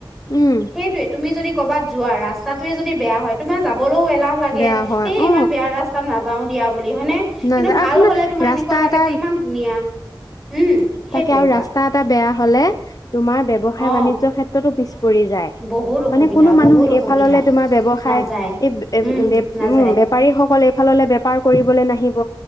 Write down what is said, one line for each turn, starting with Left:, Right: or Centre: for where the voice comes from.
Left: উম
Centre: সেইটোৱে তুমি যদি ক'বাত যোৱা ৰাস্তাটোৱে যদি বেয়া হয়, তোমাৰ যাবলৈও এলাহ লাগে
Left: বেয়া হয়
Centre: এই
Left: অ
Centre: ইমান বেয়া ৰাস্তাত নাযাওঁ দিয়া বুলি হয়নে।
Left: নাযা
Centre: কিন্তু ভাল
Left: আৰু
Centre: হলে তোমাৰ
Left: ৰাস্তা
Centre: এনেকুৱা লাগে
Left: এটা
Centre: যে ইমান ধুনীয়া, উম', সেইটোয়ে
Left: তাকে আৰু
Centre: কাৱা
Left: ৰাস্তা বেয়া হলে তুমাৰ ব্যৱসাই
Centre: অ
Left: বাণিজ্য সেত্ৰত পিছ পৰি যায়,
Centre: বহুত অসুবিধা
Left: মানে কোনো মানুহ
Centre: বহুত অসুবিধা
Left: এইফাললে তোমাৰ ব্যৱসায়
Centre: নাযায়
Left: এই- এই-
Centre: উম
Left: বে-
Centre: নাযায়
Left: বেপাৰীসকল এইফাললৈ বেপাৰ কৰিবলৈ নাহিব।